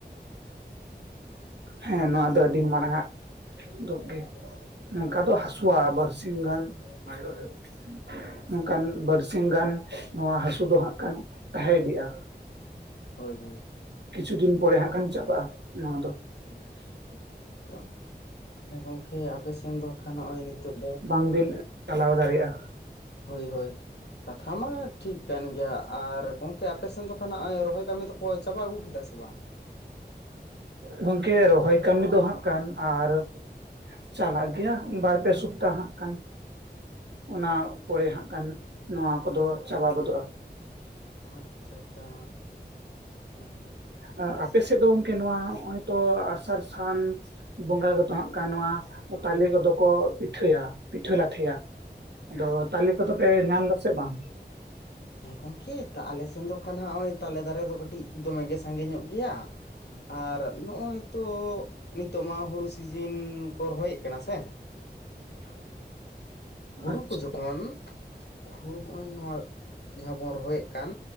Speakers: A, on the right; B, on the left.
A: <inaudible> ᱦᱮᱸ ᱱᱚᱣᱟ ᱫᱚ ᱟᱹᱰᱤ ᱢᱟᱨᱟᱝ ᱟᱜ ᱫᱩᱠ ᱜᱮ ᱱᱚᱝᱠᱟ ᱫᱚ ᱦᱟᱹᱥᱩᱣᱟ ᱵᱟᱨᱥᱤᱧ ᱜᱟᱱ <unintelligible> ᱱᱚᱝᱠᱟᱱ
B: ᱦᱳᱭ ᱦᱳᱭ
A: ᱵᱟᱨᱥᱤᱧ ᱜᱟᱱ ᱱᱚᱣᱟ ᱦᱟᱹᱥᱩ ᱫᱚ ᱦᱟᱸᱜ ᱠᱷᱟᱱ ᱛᱟᱦᱮ ᱤᱫᱤᱜ-ᱟ
B: ᱦᱳᱭ ᱦᱳᱭ
A: ᱠᱤᱪᱷᱩ ᱫᱤᱱ ᱯᱚᱨᱮ ᱦᱟᱸᱠᱷᱟᱱ ᱪᱟᱵᱟᱜ-ᱟ ᱱᱚᱣᱟ ᱫᱚ <inaudible>
B: <inaudible> ᱦᱮ ᱜᱚᱜᱠᱮ ᱟᱯᱮ ᱥᱮᱱ ᱫᱚ ᱠᱷᱟᱱ ᱦᱚᱜᱚᱭ ᱱᱤᱛᱚᱜ ᱫᱚ
A: ᱵᱟᱝ ᱵᱤᱞ ᱪᱟᱞᱟᱣ ᱫᱟᱲᱮᱭᱟᱜ-ᱟ
B: ᱦᱳᱭ ᱦᱳᱭ ᱠᱟᱛᱷᱟ ᱢᱟ ᱴᱷᱤᱠ ᱠᱟᱱ ᱜᱮᱭᱟ ᱟᱨ ᱜᱚᱝᱠᱮ ᱟᱯᱮ ᱥᱮᱱ ᱫᱚ ᱠᱷᱟᱱ ᱨᱚᱦᱚᱭ ᱠᱟᱹᱢᱤ ᱫᱚᱠᱚ ᱪᱟᱵᱟ ᱟᱹᱜᱩ ᱠᱮᱫᱟ ᱥᱮ ᱵᱟᱝ?
A: ᱜᱚᱝᱠᱮ ᱨᱚᱦᱚᱭ ᱠᱟᱹᱢᱤ ᱫᱚ ᱦᱟᱸᱜᱠᱟᱱ ᱟᱨ ᱪᱟᱞᱟᱜ ᱜᱮᱭᱟ ᱵᱟᱨ ᱯᱮ ᱥᱚᱯᱛᱟᱦ ᱦᱟᱸᱜᱠᱷᱟᱱ ᱚᱱᱟ ᱯᱚᱨᱮ ᱦᱟᱸᱜ ᱠᱷᱟᱱ ᱱᱚᱣᱟ ᱠᱚᱫᱚ ᱪᱟᱵᱟ ᱜᱚᱫᱚᱜ-ᱟ᱾
B: ᱚ ᱟᱪᱪᱷᱟ ᱟᱪᱪᱷᱟ ᱟᱦᱟᱸ
A: ᱟᱨ ᱟᱯᱮ ᱥᱮᱫ ᱫᱚ ᱜᱚᱝᱠᱮ ᱱᱚᱣᱟ ᱱᱚᱜᱚᱭ ᱛᱚ ᱟᱥᱟᱲ ᱥᱟᱱ ᱵᱚᱸᱜᱟ ᱜᱮᱛᱚ ᱦᱟᱸᱜ ᱠᱟᱱ ᱱᱚᱣᱟ ᱛᱟᱞᱮ ᱠᱚᱫᱚ ᱠᱚ ᱯᱤᱴᱷᱟᱹᱭᱟ ᱯᱤᱴᱷᱟᱹ ᱞᱟᱴᱷᱮᱭᱟ᱾ ᱟᱫᱚ ᱛᱟᱞᱮ ᱠᱚᱫᱚ ᱯᱮ ᱧᱟᱢ ᱫᱟᱥᱮ ᱵᱟᱝ?
B: ᱦᱮᱸ ᱜᱚᱝᱠᱮ ᱛᱟ ᱟᱞᱮ ᱥᱮᱱ ᱫᱚ ᱠᱷᱟᱱ ᱦᱟᱸᱜ ᱱᱚᱜᱚᱭ ᱛᱟᱞᱮ ᱫᱟᱨᱮ ᱫᱚ ᱠᱟᱹᱴᱤᱡ ᱫᱚᱢᱮᱜᱮ ᱥᱟᱸᱜᱮ ᱧᱚᱜ ᱜᱮᱭᱟ᱾ ᱟᱨ ᱱᱚᱜ ᱚᱭ ᱛᱚ ᱱᱤᱛᱚᱜ ᱢᱟ ᱦᱳᱲᱳ ᱥᱤᱡᱤᱱ ᱠᱚ ᱨᱚᱦᱚᱭᱮᱫ ᱠᱟᱱᱟ ᱥᱮ
A: <inaudible>
B: ᱦᱩᱲᱩ
A: ᱟᱪᱪᱷᱟ
B: ᱠᱚ ᱡᱚᱠᱷᱚᱱ ᱦᱩᱲᱩ ᱱᱚᱜᱚᱭ ᱱᱚᱣᱟ ᱡᱟᱦᱟᱸ ᱵᱚᱱ ᱨᱚᱦᱚᱭᱮᱫ ᱠᱟᱱ